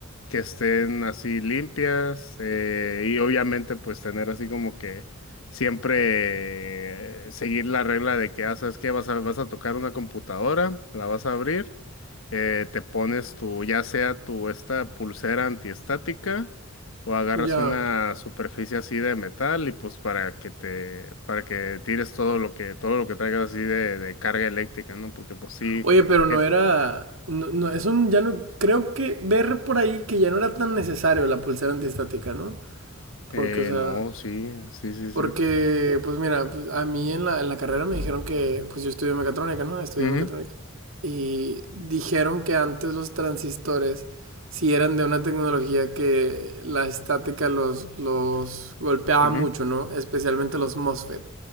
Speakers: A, on the left (about 70°); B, on the right (about 70°).
A: que estén así limpias, eh, y obviamente, pues tener así como que siempre eh, seguir la regla de que ah, sabes que vas a, vas a tocar una computadora, la vas a abrir, eh, te pones tu, ya sea tu esta pulsera antiestática. O agarras
B: Ya.
A: una superficie así de metal y pues para que te, para que tires todo lo que, todo lo que traigas así de, de carga eléctrica, ¿no? Porque pues sí,
B: Oye, pero no
A: es,
B: era... No, no, eso ya no... Creo que ver por ahí que ya no era tan necesario la pulsera antiestática, ¿no?
A: eh,
B: Porque, o sea,
A: no, sí, sí, sí,
B: porque,
A: sí.
B: pues mira, pues, a mí en la, en la carrera me dijeron que, pues yo estudié mecatrónica, ¿no? Estudié
A: Ujú,
B: mecatrónica. Y dijeron que antes los transistores, si eran de una tecnología que la estática los, los golpeaba
A: ujú,
B: mucho, ¿no? Especialmente los MOSFET.